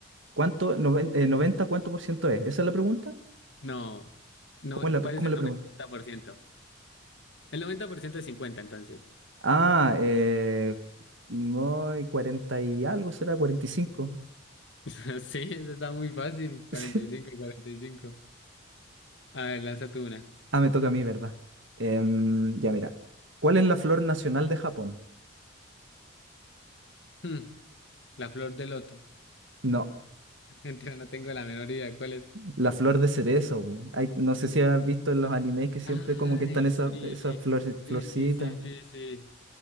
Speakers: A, on the right (about 70°); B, on the left (about 60°).
A: ¿cuánto, noven- eh, 90, cuánto por ciento es? ¿Esa es la pregunta?
B: no, no,
A: ¿Cómo es la,
B: ¿cuál
A: pre- cómo
B: es el
A: es la
B: 90%?
A: pregunta?
B: El 90% es 50, entonces.
A: Ah, eh, no, 40 y algo será, cuarenta y cinco
B: <laughs> Sí, eso está muy fácil, cuarenta
A: <laughs>
B: y cinco y y cuarenta y cinco. A ver, lanza tú una.
A: Ah, me toca a mí, ¿verdad? Em, ya mira. ¿Cuál es la flor nacional de Japón?
B: Hmm, la flor de loto.
A: No,
B: <laughs> Mentira, no tengo la menor idea cuál es.
A: la flor de cerezo. po. Hay- no sé si has visto en los animes que siempre
B: Ay,
A: como que están esas
B: sí,
A: esas flor- florcitas.
B: sí, sí, sí, sí, sí.